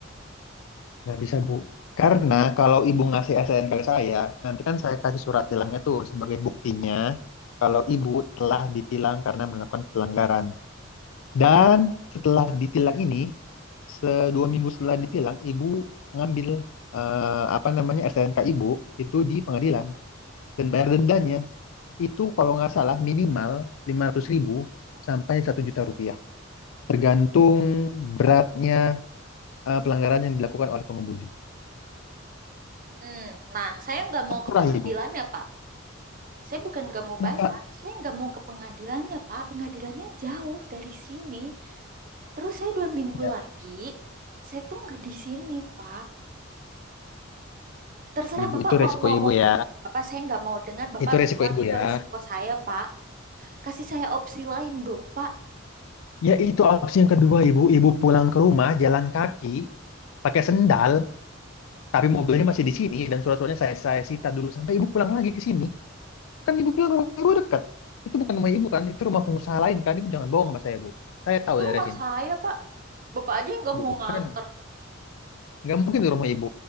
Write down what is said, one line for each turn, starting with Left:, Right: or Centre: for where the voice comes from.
Left: Nggak bisa, Bu. Karena kalau Ibu ngasih S SNK ke saya, nanti kan saya kasih surat tilangnya tuh sebagai buktinya kalau Ibu telah ditilang karena melakukan pelanggaran. Dan setelah ditilang ini, se- dua minggu setelah ditilang, Ibu ngambil eh, apa namanya S N K Ibu itu di pengadilan dan bayar dendanya itu kalau nggak salah minimal lima ratus ribu sampai satu juta rupiah, tergantung beratnya eh, pelanggaran yang dilakukan oleh pengemudi.
Right: Hmm, nah, saya nggak mau
Left: Terserah
Right: ke pengadilannya,
Left: Ibu.
Right: Pak. Saya bukan nggak mau
Left: Ya,
Right: bayar,
Left: Kak.
Right: saya nggak mau ke pengadilannya, Pak. Pengadilannya jauh dari sini. Terus saya dua minggu
Left: Ya,
Right: lagi, saya tuh nggak di sini, Pak. Terserah
Left: ibu
Right: Bapak
Left: itu
Right: mau
Left: resiko
Right: ngomong.
Left: ibu ya.
Right: Bapak saya nggak mau dengar. Bapak
Left: Itu resiko
Right: bilang
Left: ibu
Right: itu
Left: ya.
Right: risiko saya, Pak. Kasih saya opsi lain dong, Pak.
Left: Ya itu opsi yang kedua ibu. Ibu pulang ke rumah jalan kaki pakai sendal, tapi mobilnya masih di sini dan surat-suratnya saya saya sita dulu sampai ibu pulang lagi ke sini. Kan ibu bilang rumah ibu dekat. Itu bukan rumah ibu kan, itu rumah pengusaha lain kan. Ibu jangan bohong sama saya bu. Saya tahu
Right: Itu
Left: daerah
Right: rumah
Left: sini.
Right: saya, Pak. Bapak aja yang nggak
Left: Bukan,
Right: mau nganter.
Left: nggak mungkin di rumah ibu.